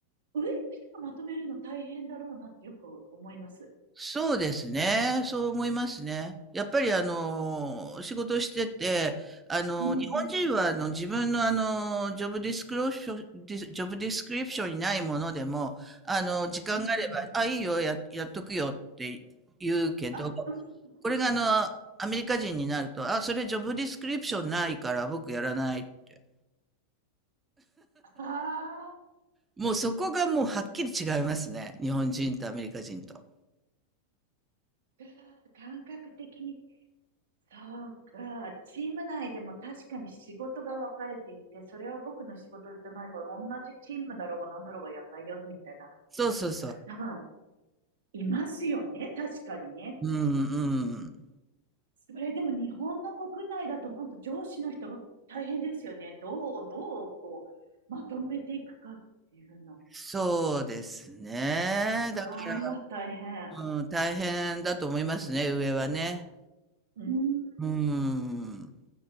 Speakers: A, on the right; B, on the right.
A: 上の人がまとめるの大変だろうなってよく思います。
B: そうですね、そう思いますね。やっぱりあの、仕事してて、あの、
A: うんうん。
B: 日本人はあの自分のあの、ジョブディスクローション、ディスジョブディスクリプションにないものでも、あの、時間があれば、
A: うんうん。
B: あ、いいよ、や、やっとくよって言うけど、
A: あ、うん。
B: これがあの、アメリカ人になると、あ、それジョブディスクリプションないから僕やらないって。
A: ああ。
B: もうそこがもうはっきり違いますね。日本人とアメリカ人と。
A: <laughs> うわー感覚的に、そうか、チーム内でも確かに仕事が分かれていて、それは僕の仕事じゃないから、同じチームだろうが何だろうがやんないよ、みたいな。
B: そうそうそう。
A: だわ、いますよね、確かにね。
B: うんうん。
A: それでも日本の国内だと本当上司の人が大変ですよね。どう、どう、こう、まとめていくかっていうの。
B: そうですね。
A: うわあ、
B: だから、
A: 大変。
B: うん、大変だと思いますね、上はね。
A: うーん。
B: うん。